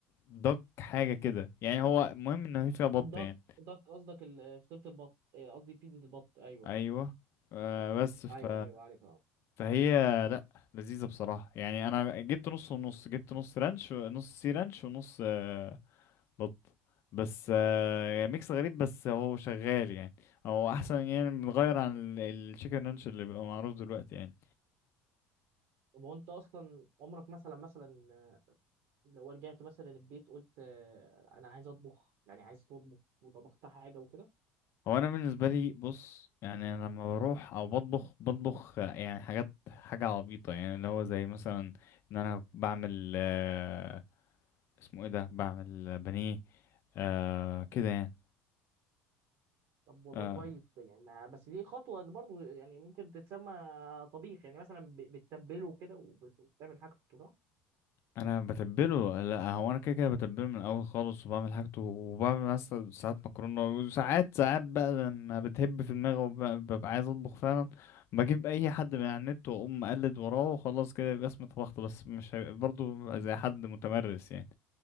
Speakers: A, on the left; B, on the right.
A: دك حاجه كده يعني هو المهم ان هي فيها بط
B: دك
A: يعني
B: دك قصدك ال- فطيره البط اه، قصدي بيتزا البط ايوه
A: ايوه
B: ايوه
A: آه بس ف
B: ايوه ايوه عارفها
A: فهي لا لذيذه بصراحه يعني انا جبت نص ونص جبت نص رانش نص سي رانش ونص آه بط بس آه يعني ميكس غريب بس هو شغال يعني هو احسن يعني بنغير عن ال- الشيكن رانش اللي بيبقى معروف دلوقتي يعني
B: طب هو انت اصلا عمرك مثلا مثلا لو رجعت مثلا البيت قلت آه، انا عايز اطبخ يعني عايز تطبخ وطبخت حاجه وكده
A: هو انا بالنسبه لي بص يعني انا لما بروح او بطبخ بطبخ آه، يعني حاجات حاجه عبيطه يعني اللي هو زي مثلا ان انا بعمل آه، اسمه ايه ده بعمل بانيه آه كده يعني
B: طب والله
A: آه
B: كويس يعني ما بس دي خطوه برضو يعني ممكن تتسمى طبيخ يعني مثلا ب- بتتبله كده وبت- وبتعمل حاجته صح
A: انا بتبله لا هو انا كده كده بتبله من الاول خالص وبعمل حاجته وبعمل مثلا ساعات مكرونه وساعات ساعات بقى لما بتهب في دماغي وببقى عايز اطبخ فعلا بجيب اي حد من على النت واقوم اقلد وراه وخلاص كده يبقى اسمي طبخت بس مش هيبقى برضه زي حد متمرس يعني